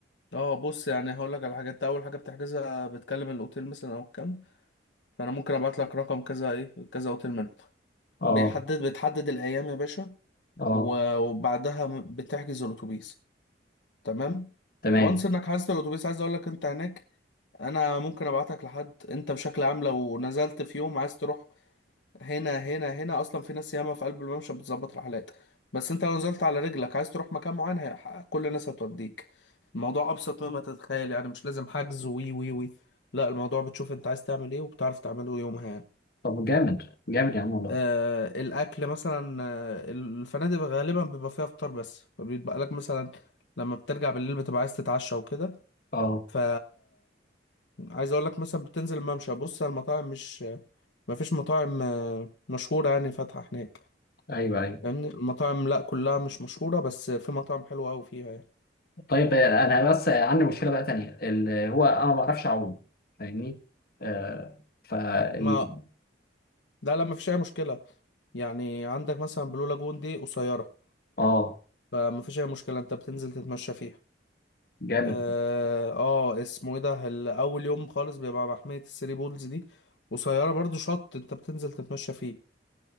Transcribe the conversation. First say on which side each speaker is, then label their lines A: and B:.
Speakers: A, on the left; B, on the left.
A: اه بص يعني هقول لك على حاجات انت اول حاجه بتحجزها بتكلم الاوتيل مثلا او الكامب فانا ممكن ابعت لك رقم كذا ايه كذا اوتيل منهم
B: اه
A: بيحدد بتحدد الايام يا باشا
B: اه
A: و- وبعدها م- بتحجز الاتوبيس تمام
B: تمام
A: وانس انك حاسس الاتوبيس عايز اقول لك انت هناك انا ممكن ابعتك لحد انت بشكل عام لو نزلت في يوم عايز تروح هنا هنا هنا اصلا في ناس ياما في قلب الممشى بتظبط رحلات بس انت لو نزلت على رجلك عايز تروح مكان معين هي- كل الناس هتوديك الموضوع ابسط مما تتخيل يعني مش لازم حجز وي وي وي لا الموضوع بتشوف انت عايز تعمل ايه وبتعرف تعمله يومها يعني
B: طب جامد جامد يا عم والله
A: آه الاكل مثلا آه، الفنادق غالبا بيبقى فيها فطار بس فبيبقى لك مثلا لما بترجع بالليل بتبقى عايز تتعشى وكده
B: اه
A: ف عايز اقول لك مثلا بتنزل الممشى بص على المطاعم مش ما فيش مطاعم آه، مشهورة يعني فاتحة هناك
B: ايوه ايوه
A: يعني المطاعم لا كلها مش مشهورة بس في مطاعم حلوة أوي فيها يعني
B: طيب آه، انا بس عندي مشكله بقى تانية اللي هو انا ما بعرفش اعوم فاهمني آه ف ال-
A: ما لا لا ما فيش أي مشكلة يعني عندك مثلا بلو لاجون دي قصيرة
B: اه
A: فما فيش أي مشكلة أنت بتنزل تتمشى فيها
B: جامد
A: آه, آه اسمه إيه ده ال- أول يوم خالص بيبقى محمية الثري بولز دي قصيرة برضو شط أنت بتنزل تتمشى فيه